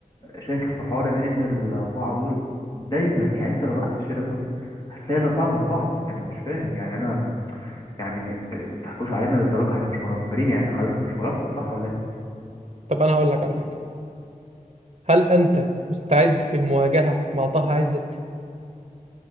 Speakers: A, on the left; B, on the right.
A: شاكك في حوار ان ان الاربعة دول دايما يعني انت لو رحت شيراتون هتلاقي الاربعة جنب بعض انا مش فاهم يعني انا يعني ما تحكوش علينا للدرجة احنا مش مغفلين يعني حضرتك مش مغفل صح ولا ايه
B: طب انا هقول لك على حاجه هل انت مستعد في المواجهه مع طه عزت